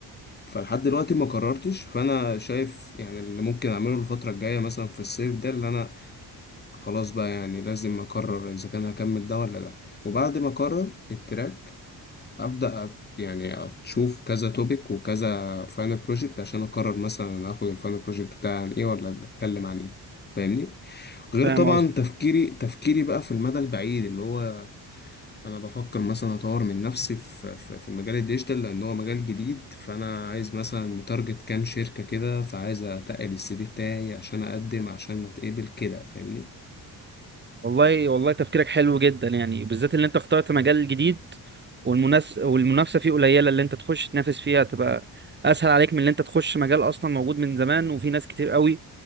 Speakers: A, on the left; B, on the right.
A: فلحد دلوقتي ما قررتش فأنا شايف يعني اللي ممكن أعمله الفترة الجاية مثلا في الصيف ده اللي أنا خلاص بقى يعني لازم أقرر إذا كان هكمل ده ولا لأ وبعد ما أقرر التراك ابدا أت- يعني اشوف كذا توبيك وكذا فاينل بروجكت عشان اقرر مثلا اخد الفاينل بروجكت بتاعي عن ايه ولا اتكلم عن ايه فاهمني غير
B: فاهم
A: طبعا
B: قصدي
A: تفكيري تفكيري بقى في المدى البعيد اللي هو انا بفكر مثلا اطور من نفسي في في في مجال الديجيتال لان هو مجال جديد فانا عايز مثلا متارجت كام شركة كده فعايز اتقل السي في بتاعي عشان اقدم عشان اتقبل كده فاهمني
B: والله والله تفكيرك حلو جدا يعني بالذات اللي انت اخترت مجال جديد والمنافس والمنافسه فيه قليله اللي انت تخش تنافس فيها تبقى اسهل عليك من اللي انت تخش مجال اصلا موجود من زمان وفي ناس كتير قوي